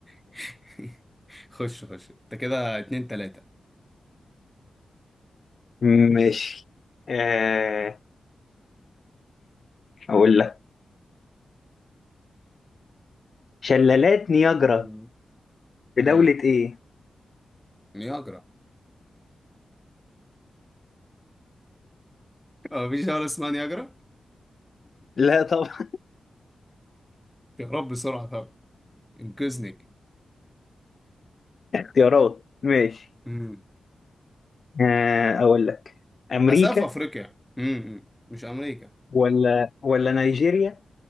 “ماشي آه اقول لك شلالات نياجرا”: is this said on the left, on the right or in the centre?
Left